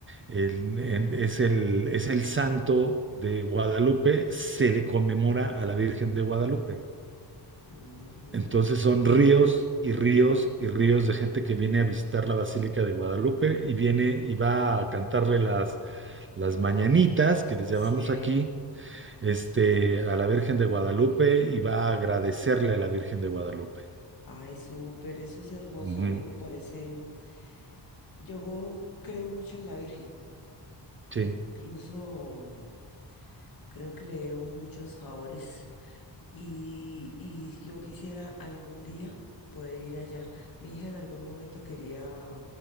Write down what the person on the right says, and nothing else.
el, el- es el, es el santo de Guadalupe, se le conmemora a la Virgen de Guadalupe.
Entonces son ríos y ríos y ríos de gente que viene a visitar la Basílica de Guadalupe y viene y va a cantarle las, las mañanitas, que les llamamos
aquí, este, a la Virgen de Guadalupe y va a agradecerle a la Virgen de Guadalupe.
Ujú,
Sí,